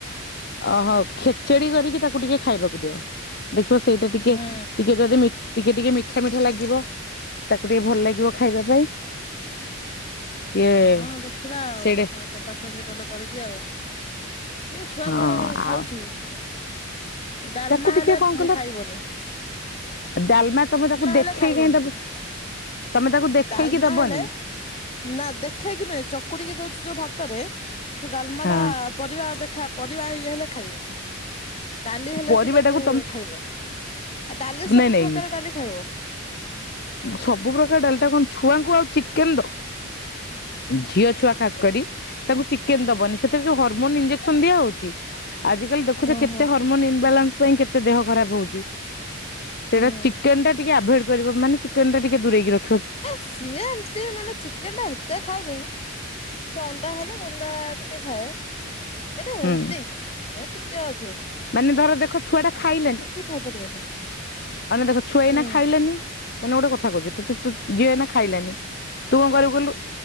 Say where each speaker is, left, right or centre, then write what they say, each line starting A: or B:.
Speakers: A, on the left; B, on the left.
A: ଅ ହଉ ଖେଚେଡି କରିକି ତାକୁ ଟିକେ ଖାଇବାକୁ ଦିଅ। ଦେଖିବ ସିଏ ସେଇଟା ଟିକେ
B: ହୁଁ
A: ଟିକେ ଯଦି ମି ଟିକେ ଟିକେ ମିଠା ଲାଗି ବ ତାକୁ ଟିକେ ଭଲ ଲାଗିବ ଖାଇବା ପାଇଁ। ସିଏ
B: ହଁ ଦେଖିବା ଆଉ
A: ସେଇଟା
B: ହଉ ଦେବା ସେମତି ନହେଲେ କରିକି ଆଉ। ଏ ଛୁଆ
A: ହଁ
B: କଣ ଖାଉଛି?
A: ଆଉ
B: ଡାଲମା
A: ତାକୁ
B: ହେଲେ
A: ଟିକେ କଣ
B: ମୁଁ
A: କହିଲ
B: ଖାଇବନି
A: ଡାଲମା ତମେ ତାକୁ
B: ହେଲେ
A: ଦେଖେଇକି
B: ଖାଇବନି
A: କାଇଁ ଦବ। ତମେ ତାକୁ ଦେଖେଇକି
B: ଡାଲମା
A: ଦବନି।
B: ହେଲେ ନା ଦେଖେଇକି ନୁହେଁ ଚକୁଡିକି ଦଉଛି ଯୋଉ ଭାତ ତାରେ ସେ ଡାଲମାଡା
A: ହଁ
B: ପରିବା ଦେ ପରିବା ଇଏ ହେଲେ ଖାଇବନି ଡାଲି ହେଲେ
A: ପରିବା
B: ସେ ତାକୁ
A: ଟାକୁ ତମ
B: ଖାଇବ ଆଉ ଡାଲି ସବୁ
A: ନାଇଁ ନାଇଁ
B: ପ୍ରକାର ଡାଲି ଖାଇବ। <inaudible>
A: ସବୁ ପ୍ରକାର ଡାଲିଟା କଣ ଛୁଆଙ୍କୁ ଆଉ ଚିକେନ <inaudible> ଦ ଝିଅ ଛୁଆ ଖାସ କରି ତାଙ୍କୁ ଚିକେନ ଦବନି ସେଥିରେ ଯୋଉ ହରମୋନ ଇଜେ ସନ୍ଧ୍ୟା ହଉଛି? ଆଜିିକା ଦେଖୁଛ
B: ଓହୋ
A: କେତେ ହର ଇବାଲାନ୍ସ ପାଇଁ କେତେ ଦେହ ଖରାପ ହଉଛି ସେଇଟା
B: ହୁଁ
A: ଚିକେନ ଟା ଟି ଟିକେ ଅଭେଟ କରିବ ମାନେ ଚିକେନ ଟିକେ ଦୂଇକି ରଖି
B: ସିଏ ଏମତି ମାନେ ଚିକେନ ଟା ସେତେ ଖାଉନି ଅଣ୍ଡା ହେଲା ଅଣ୍ଡା ଟିକେ ଖାଏ। ଚିକେନ ହେନ୍ତି।
A: ହୁଁ
B: ଟିକିଏ ଅଛି।
A: ମାନେ ଧର ଦେଖ ଛୁଆ ଟା ଖାଇଲେନି <inaudible>
B: ଖାଇପାରିବନି।
A: ଆ ଦେଖ ଛୁଆ ଏଇନା
B: ହୁଁ।
A: ଖାଇଲେନି ମାନେ ଗୋଟେ କଥା କହୁଛୁ ତୁ ତୁ ଯିଏ ଏଇନା ଖାଇଲାନି ତୁ କଣ କରିବୁ କଲୁ